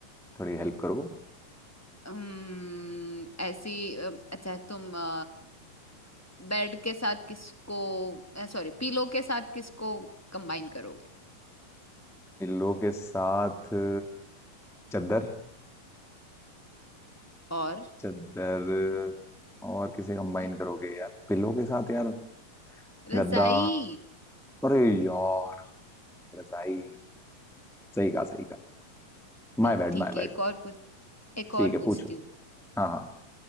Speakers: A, in the centre; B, on the left.
A: थोड़ी हेल्प करो
B: अम्म, ऐसी अम, अच्छा तुम अ, बेड के साथ किसको सॉरी पीलो के साथ किसको कंबाइन करोगे
A: पिल्लों के साथ अ, चद्दर
B: और
A: चद्दर और किसे कंबाइन
B: र-
A: करोगे यार पिल्लों के साथ यार
B: रजाई
A: गद्दा अरे यार रजाई सही कहा सही कहा My
B: चलो
A: bad
B: ठीक
A: my bad
B: है एक और पूछ एक
A: ठीक
B: और
A: है
B: पूछती
A: पूछो
B: हूँ
A: हाँ हाँ